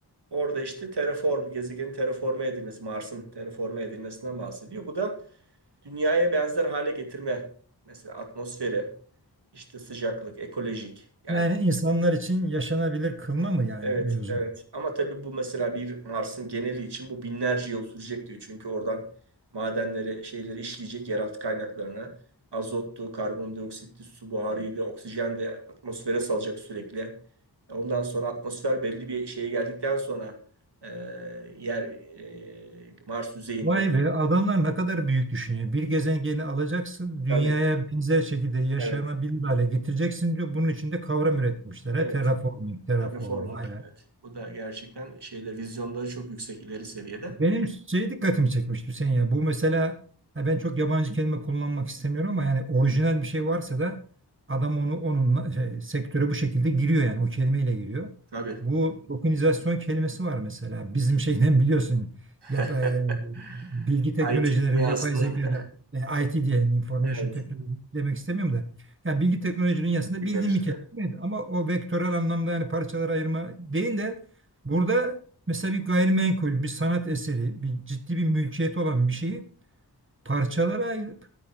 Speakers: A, on the right; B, on the right.
A: Orada işte terraform, gezegenin terraforme edilmesi, Mars'ın terraforme edilmesinden bahsediyor. Bu da dünyaya benzer hale getirme. Mesela atmosferi, işte sıcaklık, ekolojik yani
B: Yani insanlar için yaşanabilir kılma mı yani
A: Evet,
B: mevzu?
A: evet. Ama tabii bu mesela bir Mars'ın geneli için bu binlerce yıl sürecek diyor. Çünkü oradan madenleri, şeyleri işleyecek yeraltı kaynaklarını. Azottu, karbondioksitti, su buharıydı, oksijen de atmosfere salacak sürekli. Ondan sonra atmosfer belli bir şeye geldikten sonra e, yer e, Mars yüzeyinde.
B: Vay be adamlar ne kadar büyük düşünüyor. Bir gezegeni alacaksın, dünyaya
A: Tabii,
B: benzer şekilde yaşanabilir
A: evet,
B: hale getireceksin diyor. Bunun için de kavram üretmişler. He?
A: evet.
B: Terraforming, terraform,
A: Terraforming,
B: vay be.
A: evet. Bu da gerçekten şeyler, vizyonları çok yüksek, ileri seviyede.
B: Benim şey dikkatimi çekmişti Hüseyin ya. Bu mesela ha ben çok yabancı kelime kullanmak istemiyorum ama yani orijinal bir şey varsa da adam onu onunla şey, sektöre bu şekilde giriyor yani o kelimeyle giriyor.
A: Tabii.
B: Bu tokenizasyon kelimesi var mesela. Bizim şeyden biliyorsun
A: <laughs>
B: yap, e, bilgi teknolojilerine
A: IT dünyasından.
B: yapay zekada
A: <laughs>
B: e, IT diyelim information
A: Evet.
B: technology demek istemiyorum da. Yani bilgi teknolojinin dünyasında
A: Günler
B: bildiğim
A: işte.
B: bir kelime ama o vektörel anlamda yani parçalara ayırma değil de Burada Mesela bir gayrimenkul, bir sanat eseri, bir ciddi bir mülkiyet olan bir şeyi parçalara ayırıp